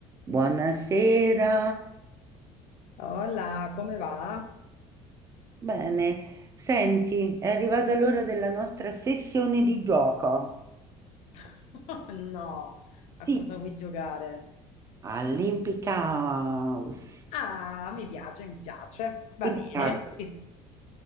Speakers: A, on the right; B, on the left.
A: Buonasera.
B: Hola, come va?
A: Bene, senti, è arrivata l'ora della nostra sessione di gioco.
B: <laughs> No, a
A: Sì,
B: cosa vuoi giocare?
A: all'impiccaus.
B: Ah, mi piace, mi piace. Va
A: Impiccato.
B: bene, ci sto.